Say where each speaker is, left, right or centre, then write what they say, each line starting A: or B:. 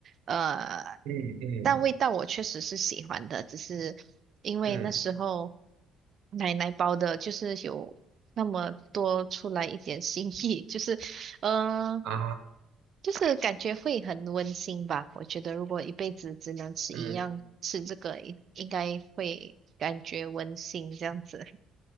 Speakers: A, on the right; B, on the right.
A: 呃，
B: 嗯嗯
A: 但味道我确实是喜欢的，只是因为那时候
B: 嗯
A: 奶奶包的，就是有那么多出来一点心意，<laughs> 就是嗯，
B: 啊，
A: 就是感觉会很温馨吧。我觉得如果一辈子只能吃一样，
B: 嗯。
A: 吃这个应该会感觉温馨这样子。<laughs>